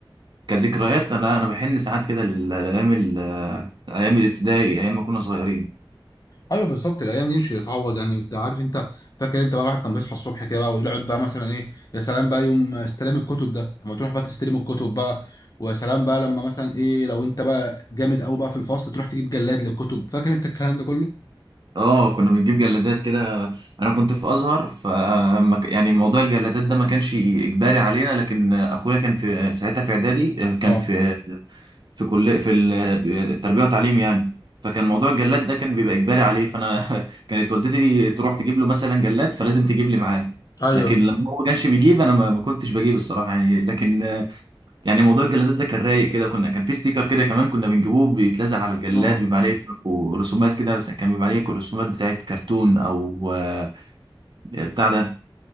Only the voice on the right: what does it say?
كذكريات أنا أنا بحن ساعات كده لل- لأيام ال- آه، أيام الابتدائي أيام ما كنا صغيرين
اه كنا بنجيب جلادات كده انا كنت في ازهر ف يعني موضوع الجلادات ده ما كانش اجباري علينا لكن اخويا كان في ساعتها في اعدادي آه، كان
في في كل في ال- التربيه والتعليم يعني فكان موضوع الجلاد ده كان بيبقى اجباري عليه فانا <laughs> كانت والدتي تروح تجيب له مثلا جلاد فلازم تجيب لي معاه
لكن لما هو ما كانش بيجيب انا ما ما كنتش بجيب الصراحه يعني لكن يعني موضوع الجلادات ده كان رايق كده كنا كان في ستيكر كده كمان كنا بنجيبوه بيتلزق على الجلاد
بيبقى عليه اسمك ورسومات كده بس كان بيبقى عليه رسومات بتاعت كرتون او آه، بتاع ده